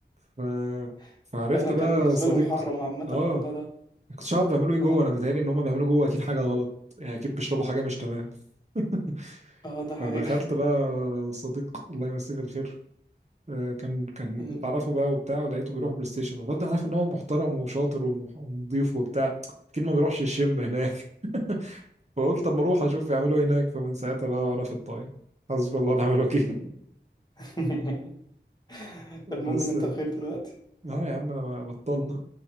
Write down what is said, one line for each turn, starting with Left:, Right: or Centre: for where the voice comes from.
Right: ف...
Left: <laughs>
Right: فعرفت
Left: انا
Right: بقى
Left: كان بالنسبة
Right: صديق
Left: لي محرم عامة
Right: اه
Left: الموضوع ده
Right: ما كنتش عارف بيعملوا ايه جوه
Left: اه
Right: انا بيتهيألي ان هم بيعملوا جوه اكيد حاجه غلط يعني اكيد بيشربوا حاجه مش تمام <laughs>
Left: اه ده حقيقي
Right: فدخلت بقى صديق الله يمسيه بالخير آه، كان كان
Left: مم.
Right: كنت اعرفه بقى وبتاع ولقيته بيروح بلاي ستيشن والواد ده انا عارف ان هو محترم وشاطر ومح- ونضيف وبتاع اكيد ما بيروحش الشم هناك <laughs> فقلت اما اروح اشوف يعملوا ايه هناك فمن ساعتها بقى وانا في الضايع حسبي الله ونعم الوكيل
Left: <laughs>
Right: <laughs> بس
Left: المهم ان انت
Right: اه
Left: بخير دلوقتي
Right: يا عم انا ما- بطلنا